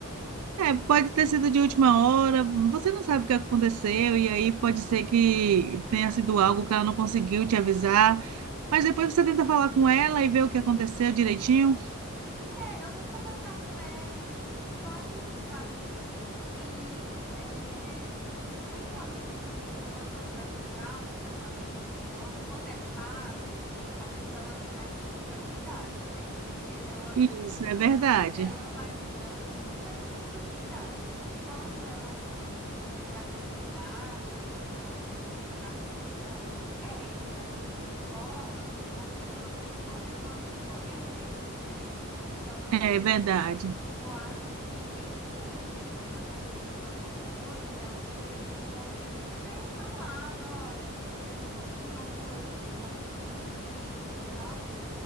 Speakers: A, on the right (about 85°); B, in the centre.
A: É, pode ter sido de última hora, você não sabe o que aconteceu, e aí pode ser que tenha sido algo que ela não conseguiu te avisar, mas depois você tenta falar com ela e ver o que aconteceu direitinho.
B: É, eu vou conversar com ela e tudo, porque eu acho assim, sabe, amiga, que é, principalmente quem, quando você vai procurar um tratamento psicológico, quando é pago, a pessoa ela tem mais responsabilidade, né? <laughs> Ela
A: Isso, é verdade.
B: Ela vai, mu- ela tem muito mais responsabilidade. Quando é um atendimento assim para a comunidade, né, um atendimento gratuito, como é esse da clínica escola, as pessoas meio que vão levando de qualquer jeito, né? Então, assim,
A: É verdade.
B: eu acho que mesmo que tenha acontecido alguma coisa, ela poderia pelo menos ter falado, olha, eu não pude ir hoje por conta disso e disso, sabe?